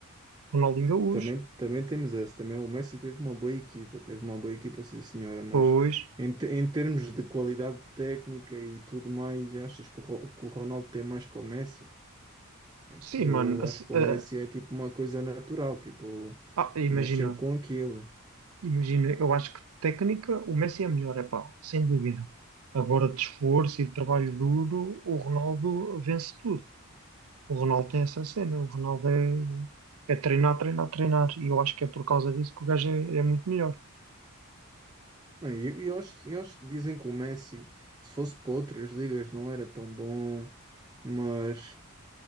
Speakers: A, on the right (about 75°); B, on the right (about 20°).
A: Ronaldinho Gaúcho,
B: também, também temos essa, também o Messi teve uma boa equipa, teve uma boa equipa, sim senhora, mas
A: pois,
B: em, te- em termos de qualidade técnica e tudo mais, achas que o, Ro- que o Ronaldo tem mais que o Messi? É
A: sim,
B: que eu
A: mano, assim,
B: acho que o
A: ah,
B: Messi é tipo uma coisa natural, tipo,
A: ah, imagina,
B: nasceu com aquilo.
A: imagina, eu acho que técnica o Messi é melhor, é pá, sem dúvida. Agora de esforço e de trabalho duro, o Ronaldo vence tudo. O Ronaldo tem essa cena, o Ronaldo é, é treinar, treinar, treinar, e eu acho que é por causa disso que o gajo é, é muito melhor.
B: Não, E eu, eu acho, eu acho que dizem que o Messi, se fosse para outras ligas, não era tão bom, mas